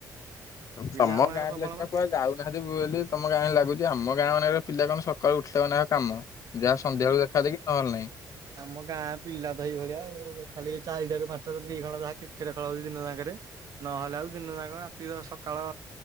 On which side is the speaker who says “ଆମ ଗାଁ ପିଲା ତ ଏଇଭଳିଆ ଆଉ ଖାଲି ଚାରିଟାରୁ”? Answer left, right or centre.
Right